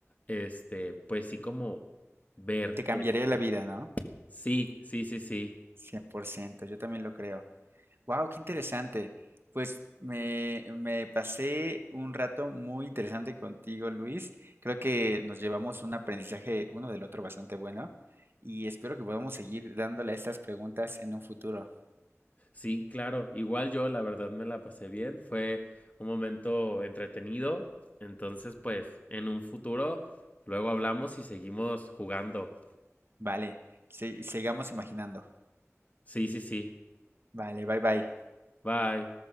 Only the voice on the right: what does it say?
Te cambiaría
la
vida, ¿no?
100%. yo también lo creo. Wow, qué interesante. Pues me, me pasé un rato muy interesante contigo, Luis. Creo que nos llevamos un aprendizaje uno del otro bastante bueno y espero que podamos seguir dándole a estas preguntas en un futuro.
Vale, se- sigamos imaginando.
Vale, bye bye.